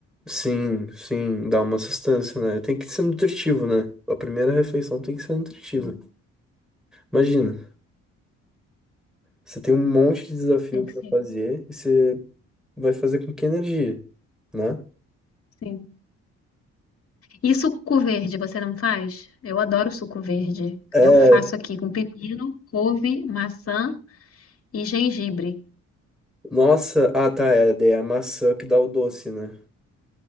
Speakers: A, in the centre; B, on the left.
A: Sim, sim, dá uma sustância, né? Tem que ser nutritivo, né? A primeira refeição tem que ser nutritiva.
B: sim.
A: Imagina, você tem um monte de desafio
B: Tem
A: pra
B: que ser.
A: fazer e você vai fazer com que energia, né?
B: Sim. E suco verde, você não faz? Eu adoro suco verde.
A: É,
B: Eu faço aqui com pepino, couve, maçã e gengibre.
A: nossa, ah tá, é, daí é a maçã que dá o doce, né?